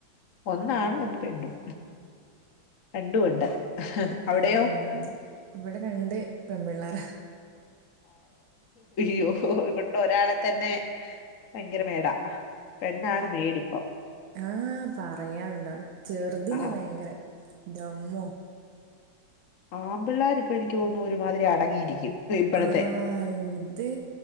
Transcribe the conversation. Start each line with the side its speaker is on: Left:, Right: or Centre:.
Left: ഒന്നാണും ഒന്ന് പെണ്ണും രണ്ടും ഉണ്ട്. അവിടെയോ
Right: ആഹ രണ്ടും ഉണ്ട് ഇവിടെ രണ്ട് പെൺപിള്ളേരാ.
Left: യോ ഇവിടെ ഒരാളെ തന്നെ ഭയങ്കര മേടാ പെണ്ണാണ് മേടിപ്പം.
Right: ആഹ് പറയണ്ടോ ചെറുതിനാ
Left: ആ
Right: ഭയങ്കര ഇന്റെമ്മോ
Left: ആൺപിള്ളേര് ഇപ്പ എനിക്ക് തോന്നുന്നു ഒരുമാതിരി അടങ്ങിയിരിക്കും. ഇപ്പോഴത്തെ
Right: ആഹ ഇത്